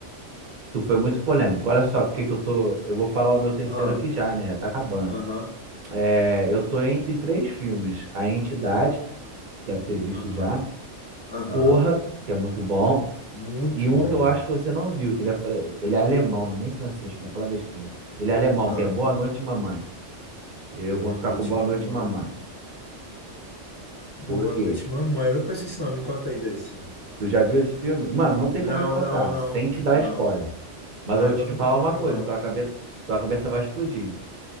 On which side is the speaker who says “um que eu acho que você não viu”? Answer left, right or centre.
Right